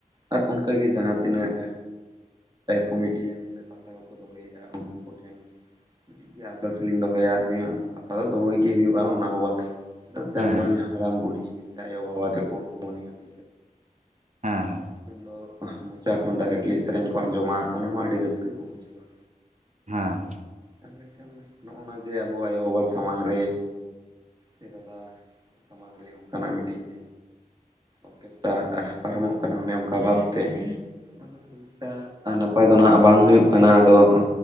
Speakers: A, on the right (about 30°); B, on the right (about 55°).
A: ᱟᱨ ᱚᱱᱠᱟ ᱜᱮ ᱡᱟᱦᱟᱸ ᱛᱤᱱᱟᱹᱜ ᱠᱚᱢᱤᱴᱤᱭ <unintelligible> <unintelligible> ᱩᱱᱠᱩ ᱠᱚ ᱴᱷᱮᱱ <unintelligible> ᱟᱨᱫᱟᱥ ᱞᱤᱧ ᱫᱚᱦᱚᱭᱟ ᱦᱮᱸ ᱯᱟᱛᱟ ᱫᱚ ᱫᱚᱦᱚᱭ ᱜᱮ ᱦᱩᱭᱩᱜᱼᱟ᱾ ᱚᱱᱟ <unintelligible> ᱪᱮᱫᱟᱜ ᱥᱮ
B: ᱦᱮᱸ
A: ᱟᱵᱚᱨᱮᱱ ᱦᱟᱲᱟᱢ ᱵᱩᱰᱷᱤ ᱥᱮ ᱟᱭᱳᱼᱵᱟᱵᱟ ᱛᱮᱠᱚ ᱩᱱᱠᱩ <unintelligible>
B: ᱦᱮᱸ ᱦᱮᱸ᱾
A: ᱢᱮᱱᱫᱚ ᱢᱚᱪᱟ ᱠᱷᱚᱱ ᱰᱟᱭᱨᱮᱠᱴᱞᱤ ᱥᱮᱨᱮᱧ ᱠᱚ ᱟᱸᱡᱚᱢᱟ᱾ ᱚᱱᱟ ᱦᱚᱸ ᱟᱹᱰᱤ ᱨᱟᱹᱥᱠᱟᱹ ᱠᱚ ᱵᱩᱡᱷᱟᱹᱣᱟ᱾
B: ᱦᱮᱸ
A: ᱟᱨ ᱢᱮᱱᱠᱷᱟᱱ ᱱᱚᱜᱼᱱᱚᱣᱟ ᱡᱮ ᱟᱵᱚ ᱟᱭᱳᱼᱵᱟᱵᱟ ᱥᱟᱢᱟᱝ ᱨᱮ <unintelligible> ᱫᱟᱫᱟ, ᱦᱮᱸ ᱥᱟᱢᱟᱝ ᱨᱮ ᱚᱝᱠᱟ ᱱᱟᱜ ᱢᱤᱫᱴᱤᱡ ᱚᱨᱠᱮᱥᱴᱟ ᱟᱦ ᱯᱟᱨᱚᱢᱚᱜ ᱚᱱᱟ ᱢᱟᱱᱮ ᱚᱸᱠᱟ ᱵᱷᱟᱵᱽ ᱛᱮ <unintelligible> ᱟᱨ ᱱᱟᱯᱟᱭ ᱫᱚ ᱱᱷᱟᱸᱜ ᱵᱟᱝ ᱦᱩᱭᱩᱜ ᱠᱟᱱᱟ ᱟᱫᱚᱜ